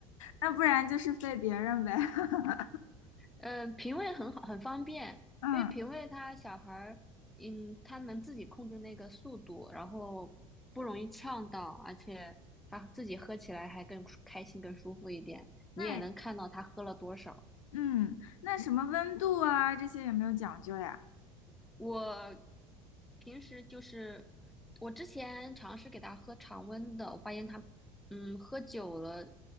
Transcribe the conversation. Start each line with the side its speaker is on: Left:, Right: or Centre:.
Left: 那不然就是费别人呗。<laughs>
Centre: 嗯、呃，平喂很好，很方便，
Left: 嗯，
Centre: 因为平喂他小孩儿，嗯，他能自己控制那个速度，然后不容易呛到，而且他自己喝起来还更舒开心、更舒服一点。你也能看到他喝了多少。
Left: 那也嗯，那什么温度啊这些有没有讲究呀？
Centre: 我平时就是我之前尝试给他喝常温的，我发现他，嗯，喝久了，